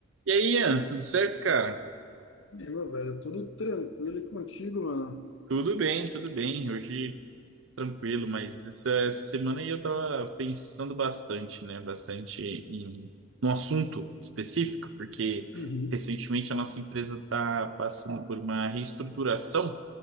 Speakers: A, on the right; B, on the left.
A: E aí, Ian, tudo certo, cara?
B: Meu, velho, tudo tranquilo e contigo, mano.
A: Tudo bem, tudo bem. Hoje tranquilo, mas essa, essa semana aí eu tava pensando bastante, né? Bastante em um assunto específico, porque
B: Uhum.
A: recentemente a nossa empresa está passando por uma reestruturação.